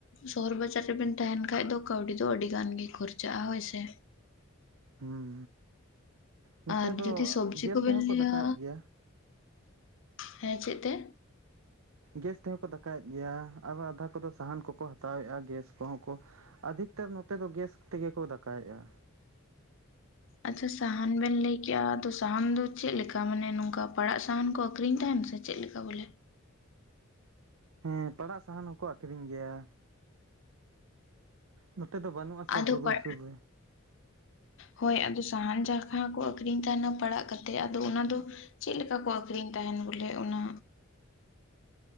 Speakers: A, on the left (about 65°); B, on the right (about 80°).
A: ᱥᱚᱦᱚᱨ ᱵᱟᱡᱟᱨ ᱨᱮᱵᱮᱱ ᱛᱟᱦᱮᱱ ᱠᱷᱟᱡ ᱫᱚ ᱠᱟᱹᱣᱰᱤ ᱫᱚ ᱟᱹᱰᱤ ᱜᱟᱱ ᱜᱮ ᱠᱷᱚᱨᱪᱟᱜᱼᱟ ᱦᱳᱭᱥᱮ
B: ᱦᱩᱸ ᱱᱚᱛᱮ
A: ᱟᱨ
B: ᱫᱚ
A: ᱡᱩᱫᱤ ᱥᱚᱵᱡᱤ
B: ᱜᱮᱥ
A: ᱠᱚᱵᱮᱱ
B: ᱛᱮᱦᱚᱸ ᱠᱚ
A: ᱞᱟᱹᱭᱟ
B: ᱫᱟᱠᱟᱭᱮᱫ ᱜᱮᱭᱟ᱾
A: ᱦᱮᱸ ᱪᱮᱫ ᱛᱮ?
B: ᱜᱮᱥ ᱛᱮᱦᱚᱸ ᱠᱚ ᱫᱟᱠᱟᱭᱮᱫ ᱜᱮᱭᱟ ᱟᱨ ᱟᱫᱷᱟ ᱠᱚᱫᱚ ᱥᱟᱦᱟᱱ ᱠᱚᱠᱚ ᱦᱟᱛᱟᱣᱮᱫ-ᱟ ᱜᱮᱥ ᱠᱚᱦᱚᱸ ᱠᱚ ᱟᱫᱷᱤᱠᱛᱟᱨ ᱱᱚᱛᱮ ᱫᱚ ᱜᱮᱥ ᱛᱮᱜᱮ ᱠᱚ ᱫᱟᱠᱟᱭᱮᱫ-ᱟ᱾
A: ᱟᱪᱪᱷᱟ ᱥᱟᱦᱟᱱ ᱵᱮᱱ ᱞᱟᱹᱭᱠᱮᱜ-ᱟ ᱛᱚ ᱥᱟᱦᱟᱱ ᱫᱚ ᱪᱮᱫ ᱞᱮᱠᱟ? ᱢᱟᱱᱮ ᱱᱚᱝᱠᱟ ᱯᱟᱲᱟᱜ ᱥᱟᱦᱟᱱ ᱠᱚ ᱟᱠᱷᱨᱤᱧ ᱛᱟᱦᱮᱱ ᱥᱮ ᱪᱮᱫ ᱞᱮᱠᱟ ᱵᱚᱞᱮ?
B: ᱦᱮᱸ ᱯᱟᱲᱟᱜ ᱥᱟᱦᱟᱱ ᱦᱚᱸᱠᱚ ᱟᱠᱷᱨᱤᱧ ᱜᱮᱭᱟ ᱱᱚᱛᱮ ᱫᱚ ᱵᱟᱹᱱᱩᱜ ᱟᱥᱮ
A: ᱟᱫᱚ
B: ᱵᱩᱨᱩ
A: ᱯᱟᱲ
B: ᱥᱩᱨ ᱨᱮ
A: ᱦᱳᱭ ᱟᱫᱚ ᱥᱟᱦᱟᱱ ᱡᱟᱦᱟᱸ ᱠᱚ ᱟᱹᱷᱨᱤᱧ ᱛᱟᱦᱮᱱᱟ ᱯᱟᱲᱟᱜ ᱠᱟᱛᱮ ᱟᱫᱚ ᱚᱱᱟ ᱫᱚ ᱪᱮᱫ ᱞᱮᱠᱟ ᱠᱚ ᱟᱹᱷᱨᱤᱧ ᱛᱟᱦᱮᱱ ᱵᱚᱞᱮ ᱚᱱᱟ